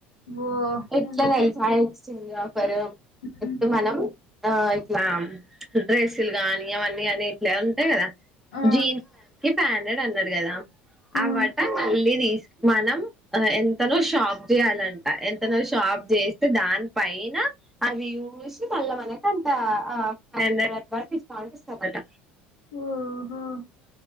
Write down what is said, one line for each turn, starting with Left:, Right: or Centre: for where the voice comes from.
Left: ఓ
Centre: ఎట్లా
Left: ఎందుకు
Centre: తెలుసా ఎక్స్చేంజ్ ఆఫర్
Left: మ్మ్
Centre: ఇప్పుడు మనం ఆ ఇట్లా డ్రెస్సులు గానీ అవన్నీ అని ఇట్లా ఉంటాయి కదా
Left: ఆ
Centre: జీన్స్ కి ఫై హండ్రెడ్ అన్నడు కదా అవాట
Left: ఆ
Centre: మళ్ళీ తీసు మనం ఎంతనో షాప్ చేయాలంట ఎన్ అతను షాప్ చేస్తే దాని పైన అవి చూసి మళ్ళ మనకు అంట ఆ <unintelligible> ఇస్తా అంటే ఇస్తారట
Left: ఓహో